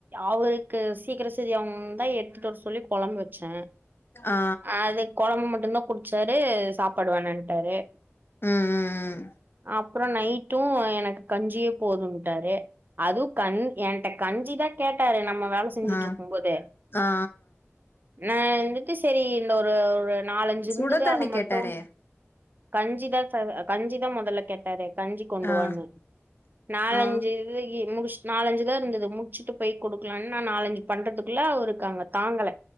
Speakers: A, on the right (about 45°); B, on the left (about 50°).
A: அவருக்கு சீக்கிர செரியாவனுன் தா எடுத்துட்டு வர சொல்லி கொழம்பு வச்சே
B: ஆ
A: அதுக் கொழம்பு மட்டுந்தா குட்ச்சாரு சாப்பாடு வேணான்ட்டாரு
B: ம் ம் ம்
A: அப்புறோ நைட்டு எனக்கு கஞ்சியே போதுங் டாரு அதுவு கண் என்ட்ட கஞ்சிதா கேட்டாரு நம்ம வேல செஞ்சுட்டுருக்கும்போதே
B: ஆ ஆ ஆ
A: நா வந்துட்டு செரி இந்த ஒரு ஒரு நாலஞ்சு இர்ந்துது
B: சுட தண்ணி
A: அத மட்டும்
B: கேட்டாரே
A: கஞ்சிதா ச கஞ்சிதா மொதல்ல கேட்டாரு கஞ்சி கொண்டுவான்னு
B: ஆ
A: நாலஞ்சு
B: ஆ
A: இதுக்கி முடிஷ்ட் நாலஞ்சுதா இருந்தது முட்ச்சுட்டு போய் குடுக்கலான் நா நாலஞ்சு பண்றதுக்குள்ள அவருக்கு அங்க தாங்கள